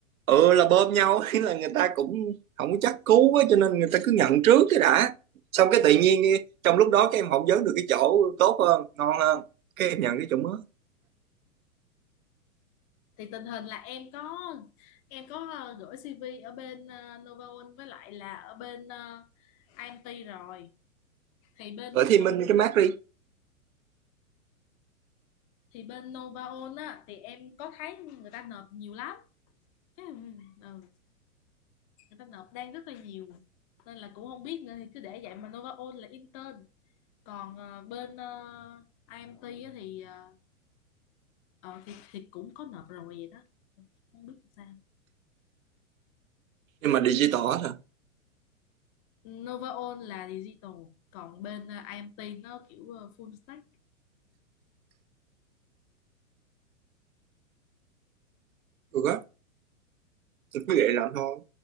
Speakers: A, on the right; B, on the left.
A: ừ là bơm nhau <laughs> ý là người ta cũng không có chắc cú á cho nên người ta cứ nhận trước cái đã xong cái tự nhiên trong lúc đó các em phỏng vấn được cái chỗ tốt hơn ngon hơn cái em nhận cái chỗ mới
B: thì tình hình là em có em có ờ, gửi CV ở bên ờ, Novaon với lại là ở bên ờ, IMT rồi thì bên
A: ở
B: ờ,
A: Thiên Minh cái mát đi
B: thì bên Novaon á thì em có thấy người ta nộp nhiều lắm Chắc- ừ. người ta nộp đang rất là nhiều nên là cũng không biết nữa thì cứ để vậy mà Nova Ôn là intern còn ờ, bên ờ, IMT á thì, ờ, ờ, thì thì cũng có nộp rồi vậy đó không biết sao
A: nhưng mà digital hết à
B: Nova Ôn là digital còn bên ờ, IMT nó kiểu ờ, full stack
A: ừ á tôi cứ vậy làm thôi